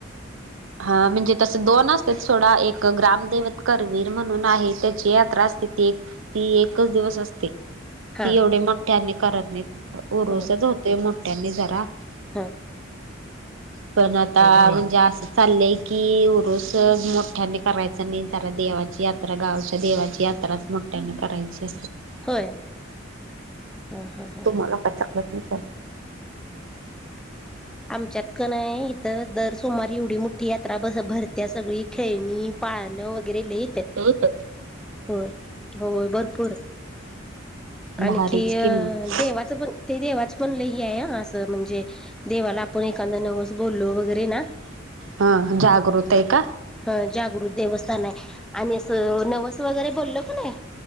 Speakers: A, on the right; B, in the centre.
A: हा म्हणजे तस दोन असते थोडा एक ग्रामदवत करवीर म्हणून आहे त्याची यात्रा असते ती ती एकच दिवस असते ती
B: हा
A: एवढी मोठठ्यांनी करत नाही उरुसच
B: ह
A: होतोय मोठठ्यांनी जरा
B: हा
A: पण आता म्हणजे असं चाललंय की उरुस मोठ्यानी करायच नाही जरा देवाची यात्रा गावच्या देवाची यात्रा मोठ्या करायची
B: होय ह ह ह
A: तुम्हाला काही कट नाही
B: आमच्यात कणय इथं दर सुमार एवढी मोठी यात्रा भरत्या सगळी खेळणी पाळणं वगैरे लिहित
A: का?
B: होय होय भरपूर आणखी
A: भारीच
B: अ
A: कि मग
B: देवाचं पण ते देवाच पण ल आहे असं म्हणजे देवाला आप कदा नवस ग लो वगैरे ना
A: हा जागृत आहे का?
B: हा जागृत देवस्थान आहे आणि असं नवस वगैरे बोलल क नाही